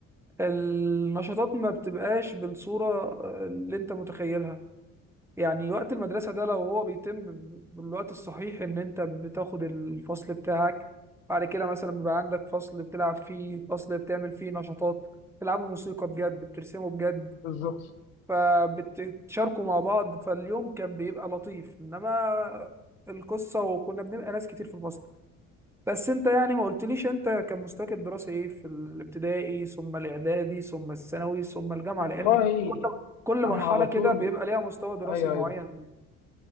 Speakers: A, in the centre; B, on the left.
A: النشاطات ما بتبقاش بالصورة آه، اللي انت متخيلها يعني وقت المدرسة ده لو هو بيتم بالوقت الصحيح ان انت بتاخد الفصل بتاعك بعد كده مثلا بيبقى عندك فصل بتلعب فيه فصل بتعمل فيه نشاطات بتلعبوا موسيقى بجد بترسموا بجد
B: بالظبط
A: فبتشاركوا مع بعض فاليوم كان بيبقى لطيف انما القصة وكنا بنبقى ناس كتير في الفصل بس انت يعني ما قلتليش انت كان مستواك الدراسي ايه في الابتدائي ثم الاعدادي ثم الثانوي ثم الجامعه
B: والله
A: لان كل كل مرحله
B: أنا على
A: كده
B: طول
A: بيبقى ليها مستوى دراسي
B: أيوه
A: معين
B: أيوه